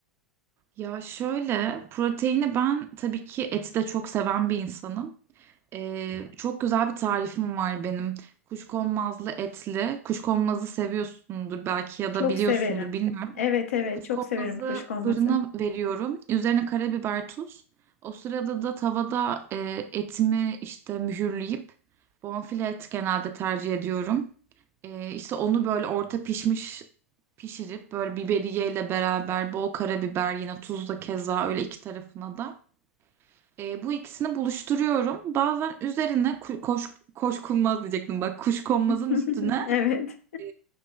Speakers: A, on the right (about 30°); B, on the left (about 70°).
A: Ya şöyle proteini ben tabii ki eti de çok seven bir insanım. Ee, çok güzel bir tarifim var benim. Kuşkonmazlı etli. Kuşkonmazı seviyorsundur belki ya
B: Çok
A: da biliyorsundur
B: severim.
A: bilmiyorum.
B: Evet evet
A: Kuşkonmazı
B: çok severim kuşkonmazı.
A: fırına veriyorum. Üzerine karabiber, tuz. O sırada da tavada e, etimi işte mühürleyip bonfile et genelde tercih ediyorum. E, işte onu böyle orta pişmiş pişirip böyle biberiyeyle beraber bol karabiber yine tuz da keza öyle iki tarafına da. E, bu ikisini buluşturuyorum. Bazen üzerine ku- koş, koşkunmaz diyecektim bak kuşkonmazın
B: <laughs>
A: üstüne
B: Evet.
A: e,